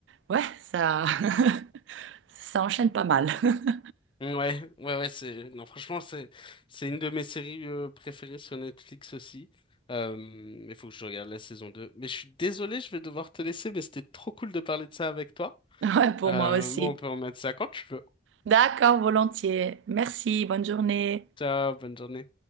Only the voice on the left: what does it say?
Mmh, Ouais, ouais, ouais, c'est, non, franchement, c'est, c'est une de mes séries euh, préférées sur Netflix aussi. Euh, mais faut que je regarde la saison deux Mais je suis désolé, je vais devoir te laisser, mais c'était trop cool de parler de ça avec toi.
Euh,
moi, on peut remettre ça quand tu veux.
Ciao, bonne journée.